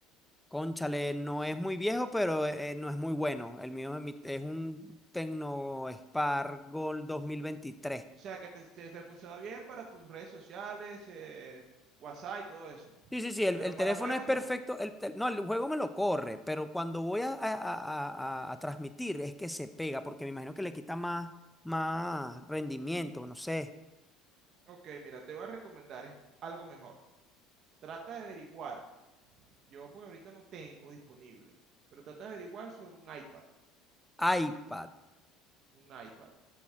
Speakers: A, in the centre; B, on the right.
A: Cónchale, no es muy viejo, pero eh, no es muy bueno. El mío es mi- es un Tecno Spark Gold dos mil veintitrés.
B: O sea, que te, te- te funciona bien para tus redes sociales, eh, WhatsApp y todo eso.
A: Sí, sí, sí, el,
B: Pero
A: el teléfono
B: para juegos
A: es perfecto.
B: no.
A: el tel- no, el juego me lo corre, pero cuando voy a, a- a- a- a transmitir es que se pega, porque me imagino que le quita más, más rendimiento, no sé.
B: Ok, mira, te voy a recomendar es algo mejor. Trata de averiguar. Yo porque ahorita no tengo disponible. Pero trata de averiguar sobre un iPad.
A: iPad.
B: Un iPad.